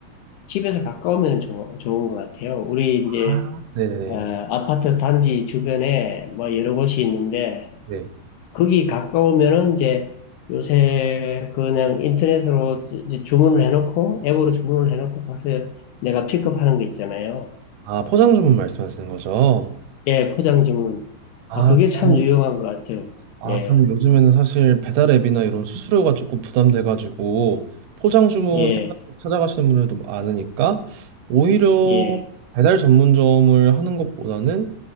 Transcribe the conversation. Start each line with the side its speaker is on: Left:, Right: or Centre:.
Left: 집에서 가까우면 좋, 좋은 것 같아요. 우리 이제
Right: 아, 네네
Left: 어, 아파트 단지 주변에 뭐 여러 곳이 있는데
Right: 네.
Left: 거기 가까우면은 이제 요새 그냥 인터넷으로 주- 주문을 해놓고 앱으로 주문을 해놓고 가서 내가 픽업하는 거 있잖아요.
Right: 아, 포장 주문 말씀하시는 거죠?
Left: 예, 포장 주문.
Right: 아,
Left: 아, 그게
Right: 그러면,
Left: 참 유용한 것 같아요.
Right: 아,
Left: 예,
Right: 그러면 요즘에는 사실 배달 앱이나 이런 수수료가 조금 부담돼가지고 포장 주문
Left: 예,
Right: 해가지고 찾아가시는 분들도 많으니까 오히려
Left: 예,
Right: 배달 전문점을 하는 것보다는